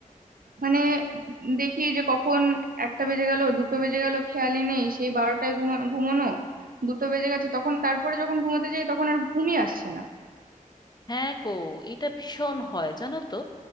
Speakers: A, on the right; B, on the left.
A: মানে দেখি যে কখন একটা বেজে গেল দুটো বেজে গেল খেয়ালই নেই সেই বারোটায় ঘুমা ঘুমোনো দুটো বেজে গেছে তখন তারপরে যখন ঘুমোতে যাই তখন আর ঘুমই আসছে না
B: হ্যাঁ গো এটা ভীষণ হয় জানো তো